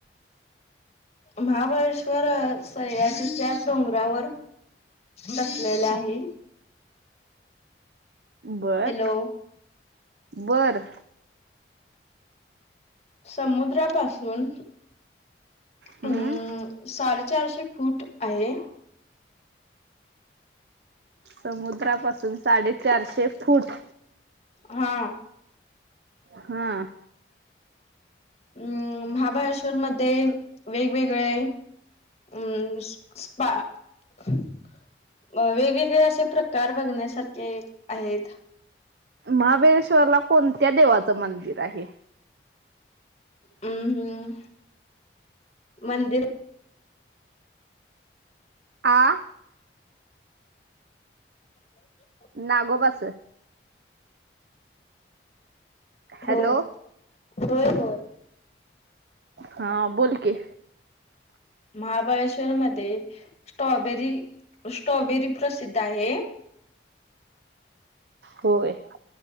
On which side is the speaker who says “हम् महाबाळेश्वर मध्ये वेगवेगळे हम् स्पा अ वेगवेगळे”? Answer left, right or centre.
Left